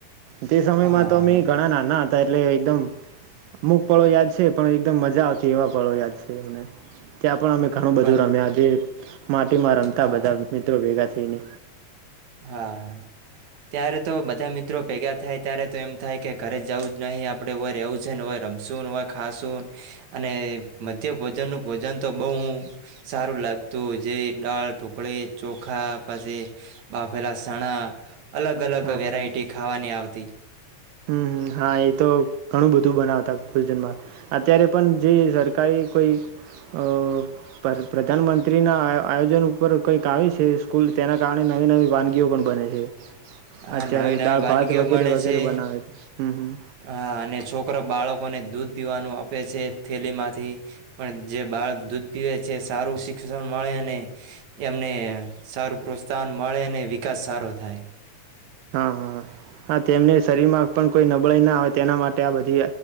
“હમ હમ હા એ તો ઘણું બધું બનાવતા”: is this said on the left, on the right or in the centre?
Right